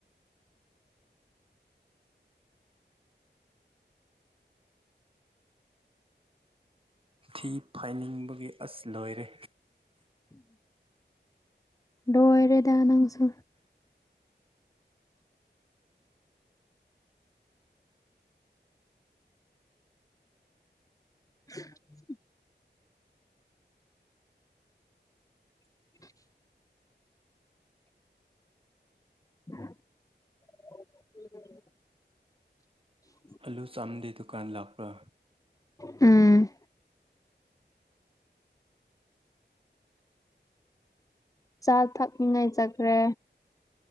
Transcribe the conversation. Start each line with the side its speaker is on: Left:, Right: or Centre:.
Right: ꯊꯤ ꯐꯥꯏꯅꯤꯡꯕꯒꯤ ꯑꯁ ꯂꯣꯏꯔꯦ
Left: ꯂꯣꯏꯔꯦꯗ ꯅꯪꯁꯨ <inaudible> <inaudible> <inaudible>
Right: ꯑꯜꯂꯨ ꯆꯥꯝꯗꯦ ꯗꯨꯀꯥꯟ ꯂꯥꯛꯄ꯭ꯔꯥ
Left: ꯎꯝ ꯆꯥ ꯊꯛꯅꯤꯉꯥꯏ ꯆꯈ꯭ꯔꯦ